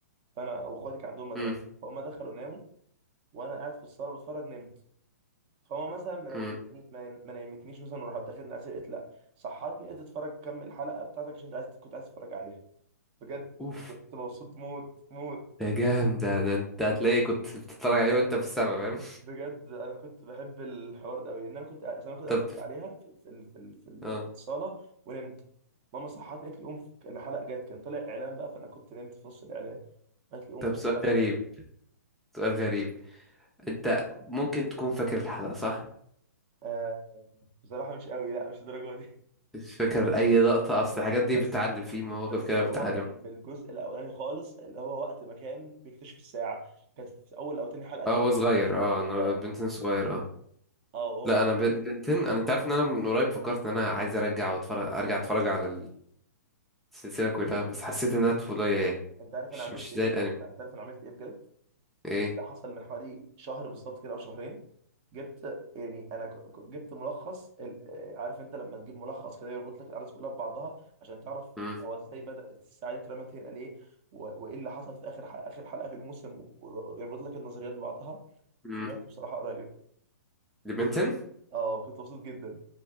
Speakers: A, on the right; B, in the centre.
A: فأنا وإخواتي كان عندهم مدرسة
B: مم،
A: فهم دخلوا ناموا وأنا قاعد في الصالة بتفرج نمت فهو مثلا ما نومتني
B: مم.
A: ما ما نيمتنيش مثلا وراح داخلني اسير قلت لا صحتني قلت اتفرج كمل الحلقه بتاعتك عشان انت عايز كنت عايز تتفرج عليها بجد
B: اوف
A: كنت مبسوط موت موت
B: ده جامد ده ده انت هتلاقي كنت بتتفرج عليه وانت في السما فاهم
A: بجد انا كنت بحب الحوار ده قوي ان انا كنت اصل
B: <laughs>
A: انا كنت اتفرج
B: طب
A: عليها في في ال- في ال- في ال-
B: اه
A: في الصاله ونمت ماما صحتني قالت لي قوم في- الحلقه جت كان طلع اعلان بقى فانا كنت نمت في نص الاعلان قالت لي قوم
B: طب سؤال
A: الحلقه
B: غريب
A: جت
B: سؤال غريب انت ممكن تكون فاكر الحلقة صح
A: آه بصراحه مش قوي لا مش الدرجه دي
B: مش فاكر اي لقطة اصل الحاجات
A: <laughs>
B: دي
A: بس
B: بتعلم في مواقف
A: بس
B: كده
A: هو
B: بتعلم
A: كان في الجزء الاولاني خالص اللي هو وقت ما كان بيكتشف الساعه كانت في اول او تاني حلقه تقريبا
B: اه هو صغير اه أنا-
A: اه
B: بنتن صغير آه.
A: اه هو
B: لا
A: كان-
B: انا بن- بنتين انا انت عارف ان انا من قريب فكرت ان انا عايز ارجع واتفرج ارجع اتفرج على السلسله كلها بس حسيت انها طفوليه يعني
A: انت عارف
B: مش
A: انا عملت
B: مش
A: ايه
B: زي الانمي
A: لا، انت عارف انا عملت ايه بجد
B: ايه
A: ده حصل من حوالي شهر بالظبط كده او شهرين جبت يعني انا ك- ك- جبت ملخص ال- آه، عارف انت لما تجيب ملخص كده يربط لك الاحداث كلها ببعضها عشان تعرف
B: امم
A: هو ازاي بدأ الساعه دي اترمت هنا ليه و- وايه اللي حصل في اخر ح- اخر حلقه في الموسم و- ويربط لك النظريات ببعضها
B: امم
A: سمعته بصراحه قريب
B: لبنتين
A: اه كنت مبسوط جدا